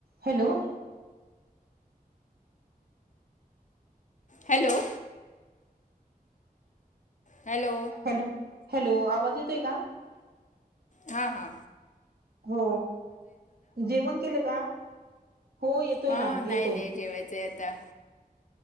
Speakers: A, on the right; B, on the left.
A: Hello.
B: Hello. Hello
A: hello hello, आवाज येतोय का?
B: हा हा.
A: हो, जेवण केले का? हो येतोय
B: हा
A: ना
B: नाही
A: येतोय
B: नाही, जेवायचं हाय आता.